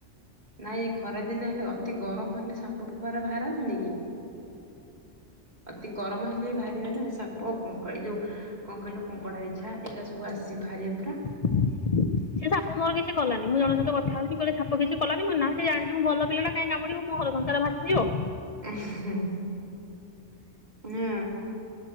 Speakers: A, on the right; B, on the left.
A: ନାଇଁ ଏ ଖରାଦିନ ହେଲେ ଅତି ଗରମ ହେଲେ ସାପ ଫାପ ରେ ବାହାରନ୍ତିନି କି ଅତି ଗରମ ହେଲେ ବି ବାହାରିବେ ନା ସାପ ଏଇ ଯୋଉ କଣ କହିଲ କଙ୍କଡାବିଛା ଏଇରା ସବୁ ଆସି ବାହାରିବେ ପରା
B: <unintelligible> ସେ ସାପ ମୋର କିଛି କଲାନି ମୁଁ ଜଣଙ୍କ ସହିତ କଥାହଉଛି କହିଲେ ସାପ କିଛି କଲାନି ମୁଁ ନା ସେ ଜାଣିଛି ମୁଁ ଭଲ ପିଲାଟା କାଇଁ କାମୁଡିବ ମୋ ଘର ସଂସାର ଭାସିଯିବ।
A: <unintelligible> ହୁଁ।